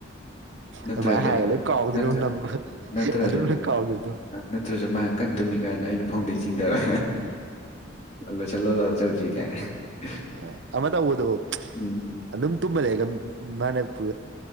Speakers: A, on the left; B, on the right.
A: ꯅꯠꯇ꯭ꯔꯦꯖ
B: ꯑꯗꯨꯃꯥꯏꯅ ꯍꯥꯏꯔꯒ ꯂꯣꯏ ꯀꯥꯎꯗꯣꯏꯅꯦꯕ
A: ꯅꯠꯇ꯭ꯔ
B: ꯅꯝꯕ
A: ꯅꯠꯇ꯭ꯔꯁꯨ
B: ꯑꯗꯨꯝ ꯂꯣꯏ ꯀꯥꯎꯈꯤꯕꯗꯣ
A: ꯅꯠꯇ꯭ꯔꯁꯨ ꯃꯥ ꯀꯟꯅ ꯇꯨꯝꯃꯤ ꯀꯥꯏꯅ ꯑꯩꯅ ꯐꯣꯡꯗꯩ ꯆꯤꯡꯊꯔꯦ ꯜꯂꯣ ꯆꯂꯣ ꯂꯑꯣ ꯆꯧ ꯊ ꯀꯥꯏ <inaudible> <unintelligible>
B: ꯑ ꯑꯃ ꯇꯧꯕꯗꯣ
A: ꯎꯝ
B: ꯑꯗꯨꯝ ꯇꯨꯝꯃ ꯂꯩꯒ ꯃꯅ ꯄ